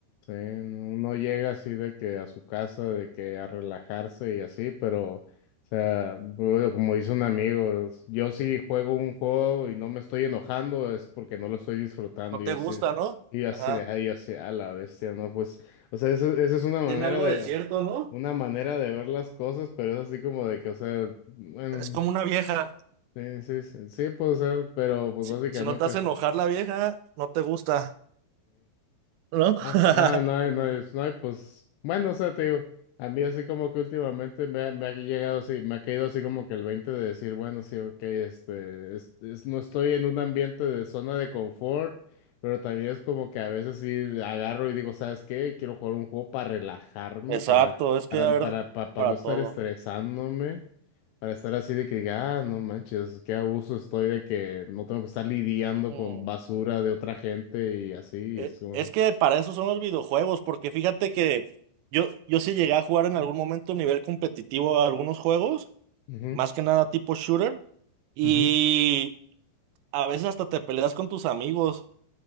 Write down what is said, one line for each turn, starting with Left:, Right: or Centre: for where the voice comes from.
Left: Sí, uno llega así de que a su casa, de que a relajarse y así, pero, o sea, bueno, como dice un amigo, es- yo si juego un juego y no me estoy enojando es porque no lo estoy disfrutando
Right: No te
Left: y así,
Right: gusta, ¿no?
Left: y así
Right: Ajá.
Left: de ahí, así, a la bestia, ¿no? Pues, o sea, eso- esa es una manera
Right: Tiene algo
Left: de,
Right: de cierto, ¿no?
Left: una manera de ver las cosas, pero es así como de que, o sea, bueno,
Right: Es como una vieja.
Left: sí, sí, sí, sí, pues, o sea, pero pues básicamente,
Right: Si, si no te hace enojar la vieja, no te gusta, ¿no? <laughs>
Left: No, no, no, no, es- no, hay, pues bueno, o sea, te digo, a mí así como que últimamente me ha, me ha llegado así, me ha caído así como que el 20 de decir, bueno, sí, ok, este, es- es- no estoy en un ambiente de zona de confort, pero también es como que a veces sí agarro y digo, ¿sabes qué? Quiero jugar un juego para relajarme,
Right: Exacto,
Left: para,
Right: es
Left: para,
Right: que a ver,
Left: para, pa- para
Right: para
Left: no estar
Right: todo.
Left: estresándome, para estar así de que diga, ah, no manches, qué abuso estoy de que no tengo que estar lidiando
Right: Mm,
Left: con basura de otra gente y así,
Right: e-
Left: y es como...
Right: Es que para eso son los videojuegos, porque fíjate que yo, yo sí llegué a jugar en algún momento a nivel competitivo a algunos juegos,
Left: Ujú,
Right: más que nada tipo shooter, y
Left: ujú.
Right: a veces hasta te peleas con tus amigos.